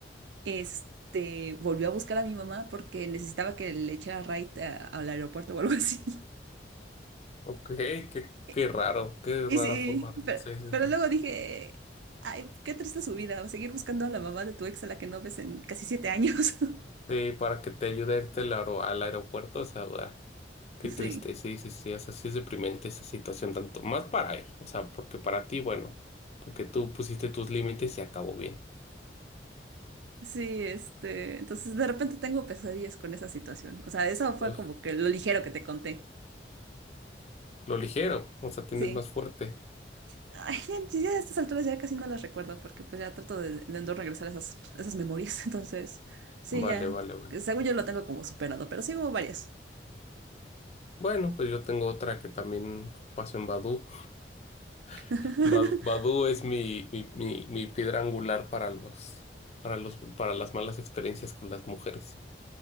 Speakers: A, on the right; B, on the left.
A: este, volvió a buscar a mi mamá porque necesitaba que le echara ride a- al aeropuerto o algo así.
B: ok, qué,
A: <laughs>
B: qué raro, qué
A: Y
B: rara
A: sí,
B: forma de...
A: pero,
B: sí, sí,
A: pero
B: sí.
A: luego dije, ay, qué triste su vida, seguir buscando a la mamá de tu ex a la que no ves en casi siete años. <laughs>
B: Sí, para que te ayude a irte al, aero- al aeropuerto, o sea, ah, qué triste,
A: Sí,
B: sí, sí, sí, o sea, sí es deprimente esa situación, tanto más para él, o sea, porque para ti, bueno, porque tú pusiste tus límites y acabó bien.
A: sí, este, entonces de repente tengo pesadillas con esa situación. O sea, eso fue
B: Uf,
A: como que lo ligero que te conté.
B: lo ligero, o sea, tienes
A: Sí.
B: más fuerte.
A: Ay, ya, ya a estas alturas ya casi no las recuerdo porque pues ya trato de, de no regresar a esas, a esas memorias. <laughs> Entonces, sí,
B: Vale,
A: ya,
B: vale, vale.
A: según yo lo tengo como superado, pero sí hubo varias.
B: Bueno, pues yo tengo otra que también paso en Badoo.
A: <laughs>
B: <laughs> Ba- Badoo es mi, mi, mi, mi piedra angular para los, para los, para las malas experiencias con las mujeres.